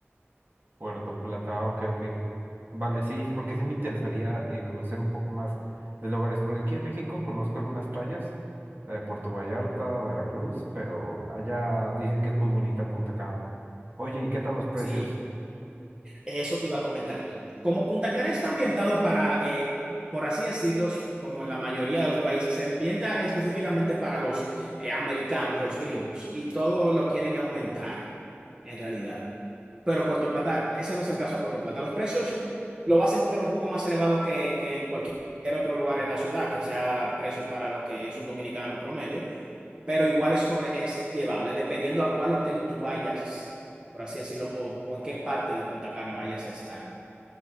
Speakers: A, on the right; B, on the right.
A: Puerto Plata, ah, ok, ok. Vale, sí, porque sí me interesaría eh, conocer un poco más de lugares, porque aquí en México conozco algunas playas, la de Puerto Vallarta, Veracruz, pero allá dicen que es muy bonita Punta Cana. Oye, ¿y qué tal los precios?
B: Sí, eso te iba a comentar. Como Punta Cana está ambientado para, eh, por así decirlo, como en la mayoría de los países, se ambienta específicamente para los eh, americanos, los gringos, y todo lo quieren aumentar, en realidad. pero Puerto Plata, ese no es el caso de Puerto Plata. Los precios lo vas a encontrar un poco más elevados que, que en cualquier otro lugar en la ciudad, que sea precios para lo que es un dominicano promedio, pero igual es, sobre, es llevable, dependiendo a cuál hotel tú vayas, por así decirlo, o, o en qué parte de Punta Cana vayas a estar.